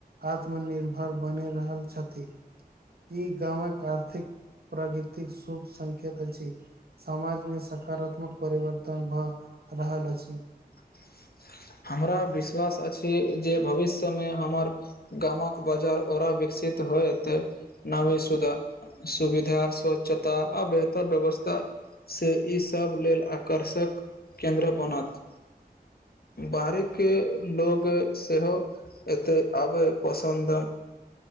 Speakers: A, on the right (about 70°); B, on the left (about 70°).
A: आत्मनिर्भर बनि रहल छथि ई गामक आर्थिक प्रकृतिक शुभ संकेत अछि समाजमे सकारातात्मक परिवर्तन भऽ रहल अछि
B: <unintelligible> हमरा विश्वास अछि जे भविष्यमे हमर गामक बाजार आरो विकसित कित होइत नामी सुधा सुविधा स्वच्छता आ बेहतर व्यवस्था से ईसभ लेल आकर्षक केन्द्र बनत बाहरी के लोग सेहो एते आबय पसन्द